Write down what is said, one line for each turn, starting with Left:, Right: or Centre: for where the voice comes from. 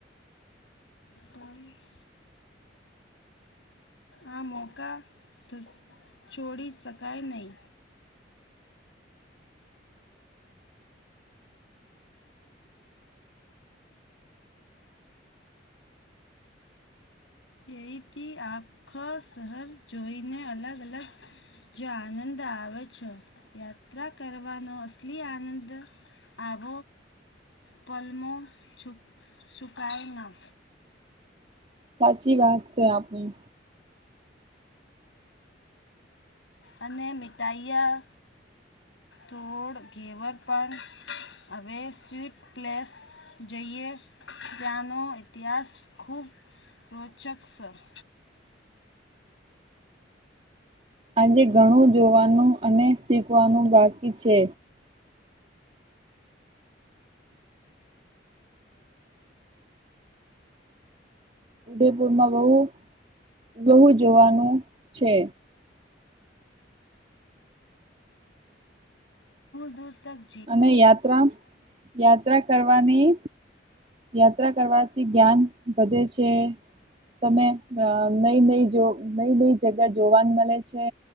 Left: <unintelligible> આ મોકા થ છોડી શકાય નઈ. અહીંથી આખો શહર જોઈને અલગ અલગ જ આનંદ આવે છ, યાત્રા કરવાનો અસલી આનંદ આવ પલમો છુ છુકાય ના.
Right: સાચી વાત છે આપની.
Left: અને મીઠાઈયા, થોડ ઘેવર પણ અવે સ્વીટ પ્લેસ જઈએ. ત્યાનો ઇતિહાસ ખૂબ રોચક શ.
Right: આજે ઘણું જોવાનું અને શીખવાનું બાકી છે ઉદયપુરમાં બોઉ બહુ જોવાનું છે.
Left: દૂર તક.
Right: અને યાત્રા, યાત્રા કરવાની યાત્રા કરવાથી જ્ઞાન વધે છે. તમે અ નઈ નઈ જો નઈ નઈ જગા જોવાનું મલે છે.